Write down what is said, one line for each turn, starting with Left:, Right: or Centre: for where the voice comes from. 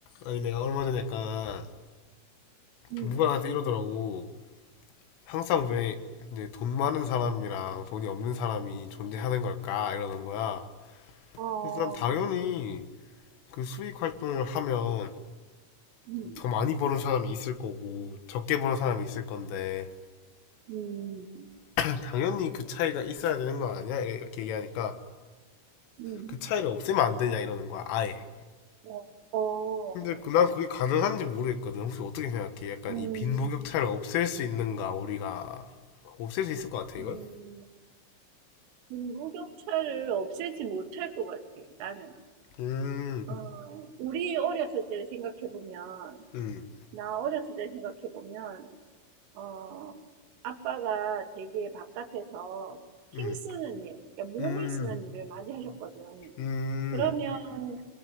Left: 아니 내가 얼마 전에 약간
Right: 음,
Left: 누가 나한테 이러더라고. 항상 왜 이제 돈 많은 사람이랑 돈이 없는 사람이 존재하는 걸까 이러는 거야.
Right: 어,
Left: 그래서 난 당연히 그 수익 활동을 하면
Right: 음,
Left: 더 많이 버는 사람이 있을 거고 적게 버는 사람이 있을 건데
Right: 음,
Left: <clears throat> 당연히 그 차이가 있어야 되는 거 아니야? 이렇게 얘기하니까
Right: 음,
Left: 그 차이를 없애면 안 되냐 이러는 거야 아예.
Right: 어, 어,
Left: 근데 그 난 그게 가능한지 모르겠거든. 혹시 어떻게 생각해? 약간
Right: 음,
Left: 이 빈부격차를 없앨 수 있는가 우리가 없앨 수 있을 것 같아 이걸?
Right: 음, 빈부격차를 없애지 못할 것 같아, 나는.
Left: 음,
Right: 어, 우리 어렸을 때를 생각해보면,
Left: 음,
Right: 나 어렸을 때 생각해보면, 어, 아빠가 되게 바깥에서 힘쓰는
Left: 음,
Right: 일, 그러니까 몸을
Left: 음,
Right: 쓰는 일을 많이 하셨거든.
Left: 음,
Right: 그러면